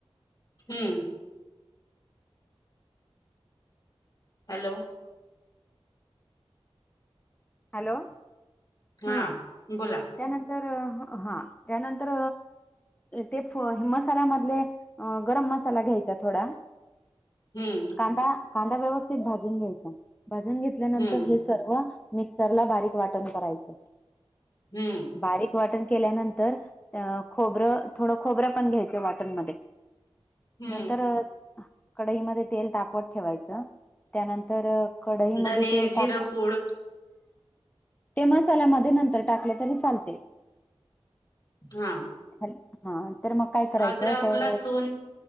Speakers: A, on the left; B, on the left.
A: हम्म हॅलो
B: हॅलो
A: हा
B: हम्
A: बोला
B: त्यानंतर हा त्यानंतर ते मसाल्यामधले गरम मसाला घ्यायचा थोडा
A: हम्म
B: कांदा कांदा व्यवस्थित भाजून घ्यायचा भाजून घेतल्यानंतर
A: हम्म
B: हे सर्व मिक्सरला बारीक वाटण करायचं.
A: हम्म.
B: बारीक वाटण केल्यानंतर अ खोबरं थोडं खोबरं पण घ्यायचं वाटणमध्ये
A: हम्म
B: नंतर कढईमध्ये तेल तापत ठेवायचं त्यानंतर कढईमध्ये
A: धने
B: तेल
A: जिरपूड
B: ताप ते मसाल्यामध्ये नंतर टाकल तरी चालते.
A: हा.
B: हॅल हा तर मग काय करायचं
A: अद्रक
B: तेच
A: लसूण